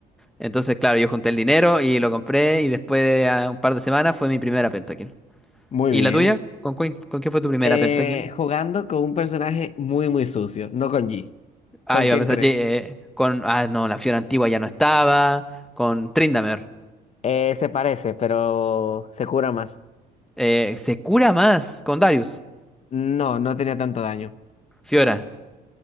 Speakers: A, in the centre; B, on the left.
A: Entonces, claro, yo junté el dinero y lo compré y después de ah, un par de semanas fue mi primera pentakill.
B: Muy
A: ¿Y
B: bien.
A: la tuya? ¿Con, cuál- con qué fue tu primera
B: Eh,
A: pentakill?
B: jugando con un personaje muy, muy sucio, no con G.
A: Ah,
B: ¿Con
A: iba
B: quién
A: a pensar,
B: crees?
A: Jay, eh, con. Ah, no, la Fiora antigua ya no estaba. Con Tryndamere.
B: Eh, se parece, pero se cura más.
A: Eh, se cura más con Darius.
B: No, no tenía tanto daño.
A: Fiora.